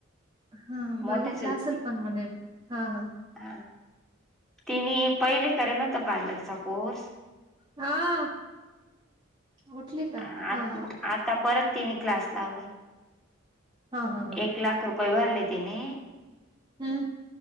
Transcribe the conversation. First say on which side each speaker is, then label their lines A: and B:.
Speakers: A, on the right; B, in the centre.
A: हा
B: मोठ्या
A: बघितलं असेल पण म्हणे हा हा,
B: हा तिने पहिले करेल नव्हता पार्लरचा कोर्स.
A: हा उठली, का
B: आ
A: हा हा
B: आता परत तिने क्लास लावलाय
A: हा हा हा
B: एक लाख रुपय. व्हय भरले तिने,
A: हम्,